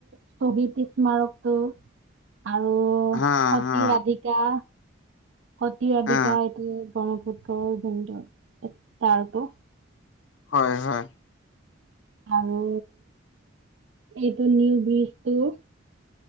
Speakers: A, on the right (about 70°); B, on the left (about 70°).
A: শ্বহীদ স্মাৰকতটো। আৰু
B: হা
A: সতী
B: হা
A: ৰাধিকা। সতী ৰাধিকা
B: হা
A: এইটো ব্ৰহ্মপুত্ৰৰ যদৰ তাৰতো।
B: হয় হয়।
A: আৰু এইটো নিউ ব্ৰিজটো।